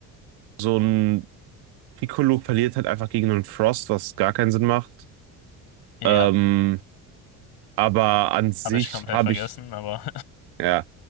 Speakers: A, on the right; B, on the left.
A: so ein Piccolo verliert halt einfach gegen einen Frost, was gar keinen Sinn macht.
B: Ja,
A: Ähm, aber an sich
B: habe ich komplett
A: habe
B: vergessen,
A: ich,
B: aber
A: ja,